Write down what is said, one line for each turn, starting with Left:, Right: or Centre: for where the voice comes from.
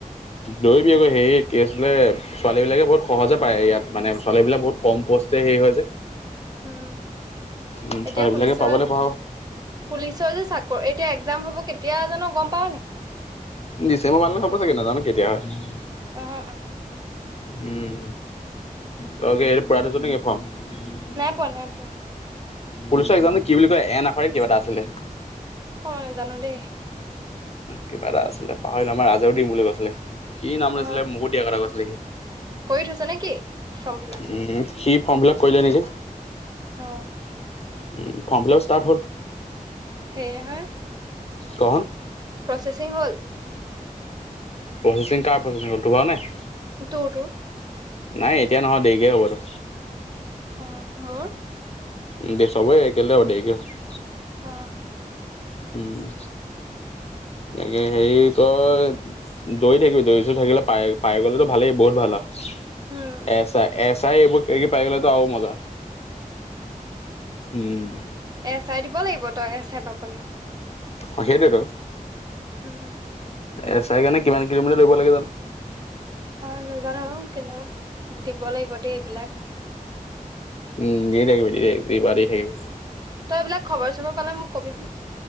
Left: দৌৰিবি আক হেৰি কি আছিলে, ছোৱালীবিলাকে বহুত সহজে পায় ইয়াত মানে ছোৱালী বিলাক বহুত কম পোষ্ট হে হেৰি হয় যে।
Right: উম,
Left: উম ছোৱালীবিলাকে
Right: এতিয়া পুলিচৰ
Left: পাবলৈ পাওঁ
Right: পুলিচৰ যে চাকৰি এতিয়া একজাম হ'ব কেতিয়া জানো গ'ম পাওঁ নি?
Left: ডিচেম্বৰ মান লে হ'ব চাগে নাজানো কেতিয়া হয়।
Right: অ অ
Left: উম, তই কি এই পুৰাই থৈছ নেকি ফৰ্ম।
Right: নাই পোৱা নাই পোৱা।
Left: পুলিচৰ একজাম টো কি বুলি কয় এন আখৰে কিবা এটা আছিলে।
Right: মই নাজানো দেই।
Left: কিবা এটা আছিলে পাহৰিলে আমাৰ ৰাজেও দিম বুলি কৈছিলে সি নাম
Right: অ
Left: লৈছিলে মুকো দিয়া কথা কৈছিলে সি।
Right: কৰি থৈছে নে কি ফৰ্ম ফিল আপ।
Left: উম সি ফৰ্মফিলাপ কৰিলে নেকি।
Right: অ'
Left: ফৰ্ম ফিলাপ ষ্টাৰ্ট হ'ল।
Right: হেৰি নহয়,
Left: কহ হুন,
Right: প্ৰচেচিং হ'ল?
Left: প্ৰচেচিং কাৰ প্ৰচেচিং হ'ল টো হোৱা নাই,
Right: টু টো
Left: নাই এতিয়া নহয় দেৰিকে হ'ব এইটো।
Right: অঁ' মোৰ।
Left: উম, চবৰে একে <unintelligible>
Right: অঁ'।
Left: উম, তাকে হেৰি তই- দৌৰি থাকিবি দৌৰি চৌৰি থাকিলে পাই পাই গ'লেতো ভালেই বহুত ভাল আৰু।
Right: উম
Left: এচাই এচাই এইবোৰ পাই গ'লেতো আৰু মজা, হম!
Right: এ চাই দিব লাগিব, তই এ চাই পাবলে।
Left: অ', সেইটোৱেতো।
Right: উম'।
Left: এ চাই কাৰণে কিমান কিলোমিটাৰ দৌৰিব লাগে জানো!
Right: অ' নাজানো কিন্তু দিব লাগিব দেই এইবিলাক।
Left: উম দিয়ে থাকিবি দি বা দি থাকিবি।
Right: তই এইবিলাক খবৰ চবৰ পালে মোক কবি।